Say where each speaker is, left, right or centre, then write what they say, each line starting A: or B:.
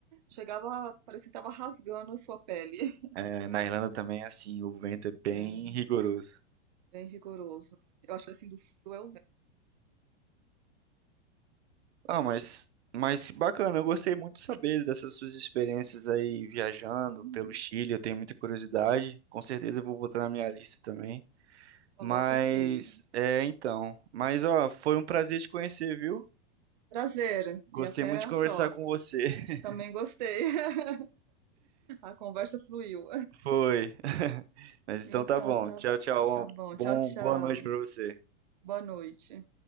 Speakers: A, on the right; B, on the right.
A: chegava, parecia que estava rasgando a sua pele. <laughs>
B: É, Na Irlanda também é assim, o vento é bem
A: É,
B: rigoroso.
A: bem rigoroso. Eu acho que assim do frio é o vento.
B: Ah, mas, mas bacana, eu gostei muito de saber dessas suas experiências aí viajando
A: Uhum.
B: pelo Chile, eu tenho muita curiosidade, com certeza eu vou botar na minha lista também.
A: Coloca
B: Mas,
A: assim.
B: é, então, mas ó, foi um prazer te conhecer, viu?
A: Prazer
B: Gostei
A: e até
B: muito de
A: a
B: conversar
A: próxima.
B: com você. <laughs>
A: Também gostei. <laughs> A conversa fluiu.
B: Foi. <laughs> Mas
A: Então
B: então tá bom.
A: tá,
B: Tchau, tchau.
A: tá
B: Uma
A: bom.
B: bom,
A: Tchau, tchau.
B: boa noite pra você.
A: Boa noite.